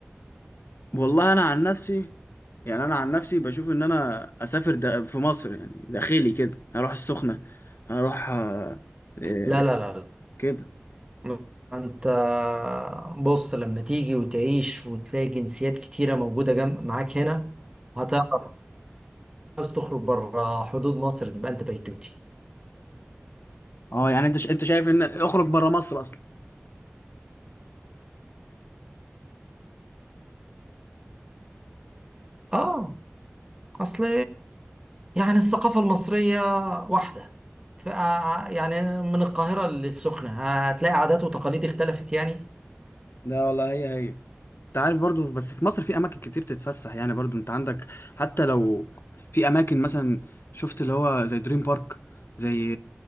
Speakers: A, on the left; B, on the right.
A: والله انا عن نفسي يعني انا عن نفسي بشوف ان انا اسافر ده في مصر يعني داخلي كده هروح السخنة هروح آه، إيه،
B: لا لا لا
A: كده
B: لا. انت بص لما تيجي وتعيش وتلاقي جنسيات كتيرة موجودة جنب معاك هنا هتعرف عاوز تخرج بره حدود مصر تبقى انت بيتوتي
A: اه يعني انت ش- انت شايف ان اخرج بره مصر اصلا
B: اه اصل يعني الثقافة المصرية واحدة ف آه، يعني من القاهرة للسخنة هتلاقي عادات وتقاليد اختلفت يعني
A: لا والله هي هي انت عارف برضو بس في مصر في اماكن كتير تتفسح يعني برضو انت عندك حتى لو في اماكن مثلا شفت اللي هو زي دريم بارك زي